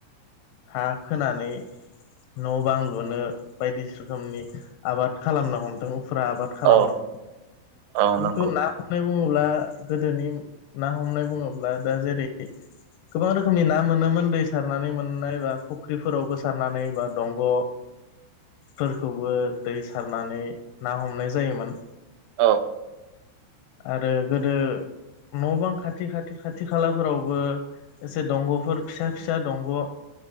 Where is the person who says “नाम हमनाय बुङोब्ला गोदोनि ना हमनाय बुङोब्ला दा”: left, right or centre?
Left